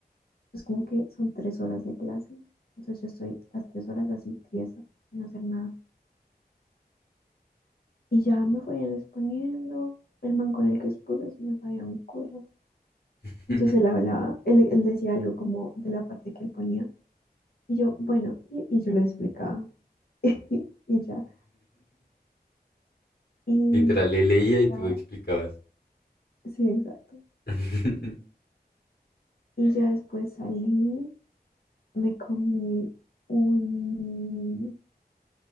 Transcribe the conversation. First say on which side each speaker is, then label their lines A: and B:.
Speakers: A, on the left (about 65°); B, on the left (about 80°).
A: Es como que son tres horas de clase. Entonces yo estoy las tres horas así tiesa, sin hacer nada. Y ya me fueron exponiendo. El man con el que expuse sí me sabía un culo.
B: <laughs>
A: Entonces él hablaba, él, él decía algo como de la parte que él ponía. Y yo, bueno, y, y yo lo explicaba. <laughs> Y ya. Y
B: Literal, le leía y tú
A: ya,
B: explicabas.
A: sí, exacto.
B: <laughs>
A: Y ya después salí, me comí un,